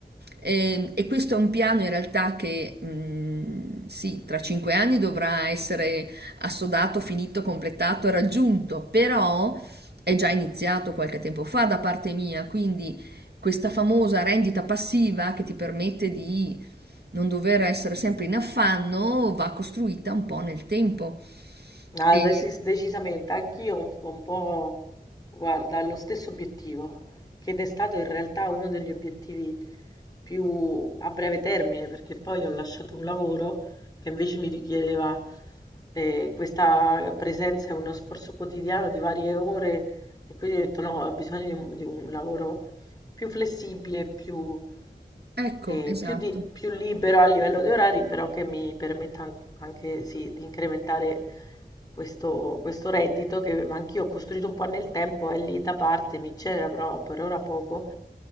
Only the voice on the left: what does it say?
Ah,
desi- decisamente, anch'io un, un po', guarda, ho lo stesso obiettivo, che è stato in realtà uno degli obiettivi più a breve termine, perché poi ho lasciato un lavoro che invece mi richiedeva eh, questa presenza e uno sforzo quotidiano di varie ore, e quindi ho detto no, ho bisogno di un, di un lavoro più flessibile, più
eh,
più, di- più libero a livello di orari, però che mi permetta an- anche sì, di incrementare questo, questo reddito che anch'io ho costruito un po' nel tempo, è lì da parte, mi genera però per ora poco.